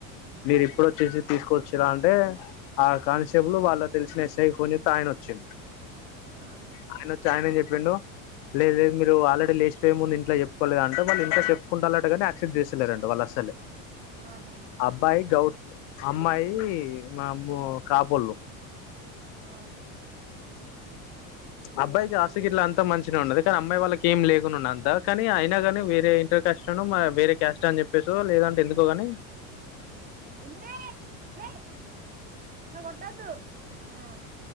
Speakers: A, on the left; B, on the right.
A: మీరు ఎప్పుడు వచ్చేసి తీసుకొచ్చిరా అంటే ఆ కానిస్టేబుల్ వాళ్ళ తెలిసిన ఎస్ఐ ఫోన్ జేత్తే ఆ యన వచ్చి
B: ఆహా
A: ఆయన వచ్చి ఆయనని చెప్పిండు లేదు లేదు మీరు ఆల్రెడీ లేచిపోయే ముందు ఇంట్లో చెప్ కోలేదంటే వాళ్ళు ఇంట్లో చెప్పుకుంటలట గాని ఆక్సెప్ట్ జేస్తాలేదంట వాళ్ళు అసలే
B: ఆహా
A: అబ్బాయి గౌర్ అమ్మాయి మమో కాపోళ్ళు
B: ఆ
A: అబ్బాయికి ఆస్తి గిట్లా అంతా మంచినే ఉన్నది కాని ఆమ్మాయి వాళ్ళక్ ఏం లేకున్న అంతా కానీ అయినా కానీ వేరే ఇంటర్ కస్ట్ అనో మ వేరే క్యాస్ట్ అని జేప్పేసో లేదంటే ఎందుకోగాని
B: నిన్నే లే అల కొట్టదు ఆ